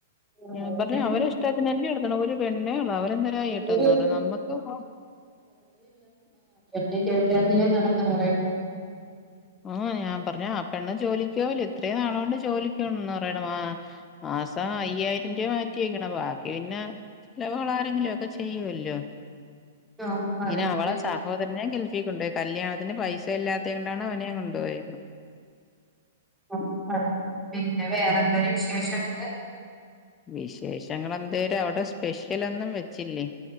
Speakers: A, in the centre; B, on the left (about 25°).
A: ആ,
B: ഞാൻ പർഞ്ഞ്
A: ഇതൊക്കെ
B: അവരെ ഇഷ്ടത്തിന് അല്ലിയോ ര്ണം ഓൽ പെണ്ണെ ഒള്ളു അവര് എന്തെരാ ചെയ്യെട്ടെന്ന്
A: ഒന്നിനും
B: പർഞ്ഞ് നമ്മെക്ക് ഇപ്പം
A: ണ്ണിൻ്റെ വീട്ട് കാര് അല്ലെ നട്ത്ത്ണെ പറയെണ്ടെ?
B: ആഹ് ഞാൻ പർഞ്ഞ് ആ പെണ്ണ് ജോലിക്ക് പോവ് അല്ലെ ഇത്രേം നാളോണ്ട് ജോലിക്ക് പോണ്ന്ന് പറിയിണ്. ആഹ് മാസം അയ്യായിരം രൂപ മാറ്റി വെക്കണം. ബാക്കി പിന്നെ ചെലവുകൾ ആരെങ്കിലു ഒക്കെ ചെയ്യുവല്ലോ?
A: ആ,
B: പിന്നെ
A: അതിന്
B: അവളെ സഹോദെര്നെയും ഗൾഫി കൊണ്ടോയി കല്യാണത്തിന് പൈസ ഇല്ലാത്തെ കൊണ്ടാണ് അവ നെ കൊണ്ട് പോയെന്ന്
A: <unintelligible> പിന്നെ വേറെ എന്തെലും വിശേഷൊഒക്കെ?
B: വിശേഷങ്ങൾ എന്തേര് അവ്ടെ സ്പെഷ് ലൊന്നും വെച്ചില്ലേ?